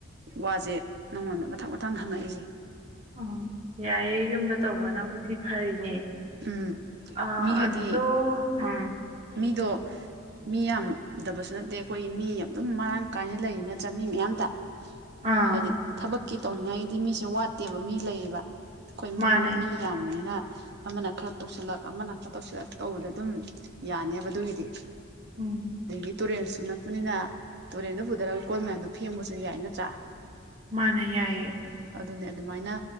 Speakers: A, on the right; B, on the right.
A: ꯋꯥꯁꯦ ꯅꯪꯉꯣꯟꯗ ꯃꯊꯪ ꯃꯊꯪ ꯍꯪꯉꯛꯏꯁꯦ
B: ꯑ ꯌꯥꯏꯌꯦ ꯌꯨꯝꯗ ꯇꯧꯕꯅꯕꯨꯗꯤ ꯐꯔꯤꯅꯦ
A: ꯎꯝ
B: ꯑ
A: ꯃꯤ ꯍꯥꯏꯗꯤ
B: ꯑꯗꯣ ꯑ
A: ꯃꯤꯗꯣ ꯃꯤ ꯌꯥꯝꯗꯕꯁꯨ ꯅꯠꯇꯦ ꯑꯩꯈꯣꯏ ꯃꯤ ꯑꯗꯨꯝ ꯃꯔꯥꯡ ꯀꯥꯏꯅ ꯂꯩꯔꯤ ꯅꯠꯇ꯭ꯔꯥ ꯃꯤ ꯃꯌꯥꯝꯇ
B: ꯑꯥ
A: ꯍꯥꯏꯗꯤ ꯊꯕꯛꯀꯤ ꯇꯧꯅꯤꯡꯉꯥꯏꯒꯤꯗꯤ ꯃꯤꯁꯦ ꯋꯥꯠꯇꯦꯕ ꯃꯤ ꯂꯩꯌꯦꯕ ꯑꯩꯈꯣꯏ ꯏꯃꯨꯡ
B: ꯃꯥꯅꯦ
A: ꯃꯅꯨꯡ ꯃꯤ ꯌꯥꯝꯕꯅꯤꯅ ꯑꯃꯅ ꯈꯔ ꯇꯧꯁꯤꯜꯂꯛ ꯑꯃꯅ ꯈꯔ ꯇꯧꯁꯤꯜꯂꯛ ꯇꯧꯕꯗ ꯑꯗꯨꯝ ꯌꯥꯅꯦꯕ ꯑꯗꯨꯒꯤꯗꯤ
B: ꯎꯝ
A: ꯑꯗꯒꯤ ꯇꯨꯔꯦꯜꯁꯨ ꯅꯛꯄꯅꯤꯅ ꯇꯨꯔꯦꯜꯗ ꯄꯨꯗꯔꯒ ꯀꯣꯜ ꯃꯌꯥꯝꯗꯣ ꯐꯦꯡꯕꯁꯨ ꯌꯥꯏ ꯅꯠꯇ꯭ꯔꯥ
B: ꯃꯥꯅ ꯌꯥꯏꯌꯦ
A: ꯑꯗꯨꯅꯦ ꯑꯗꯨꯃꯥꯏꯅ